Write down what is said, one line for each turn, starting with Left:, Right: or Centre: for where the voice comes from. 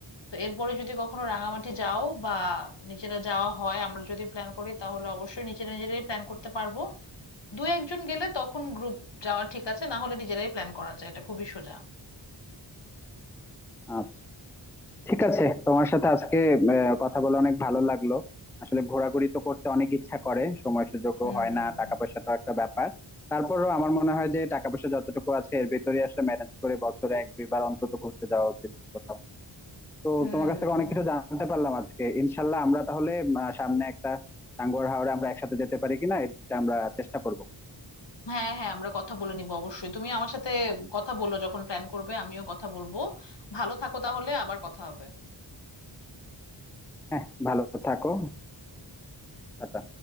Left: তো এরপরে যদি কখনো রাঙামাটি যাও বা নিজেরা যাওয়া হয় আমরা যদি প্ল্যান করি তাহলে অবশ্যই নিজেরা নিজেরাই প্ল্যান করতে পারবো দু একজন গেলে তখন গ্রুপ যাওয়া ঠিক আছে না হলে নিজেরাই প্ল্যান করা যায় এটা খুবই সোজা
Centre: আচ্ছা ঠিক আছে তোমার সাথে আজকে আহ, কথা বলে অনেক ভালো লাগলো আসলে ঘোরাঘুরি তো করতে অনেক ইচ্ছা করে সময় সুযোগও
Left: হুম
Centre: হয় না টাকা পয়সাটাও একটা ব্যাপার তারপরও আমার মনে হয় যে টাকা পয়সা যতটুকু আছে এর ভিতরে আসলে ম্যানেজ করে বছরে এক দুইবার অন্তত ঘুরতে যাওয়া উচিত কোথাও তো
Left: হুম
Centre: তোমার কাছ থেকে অনেক কিছু জানতে পারলাম আজকে ইনশাল্লাহ আমরা তাহলে আহ, সামনে একটা টাঙ্গুয়ার হাওরে আমরা একসাথে যেতে পারি কিনা এটা আমরা চেষ্টা করব
Left: হ্যাঁ হ্যাঁ আমরা কথা বলে নিব অবশ্যই তুমি আমার সাথে কথা বলো যখন প্ল্যান করবে আমিও কথা বলবো ভালো থাকো তাহলে আবার কথা হবে
Centre: হ্যাঁ ভালো থাকো টাটা।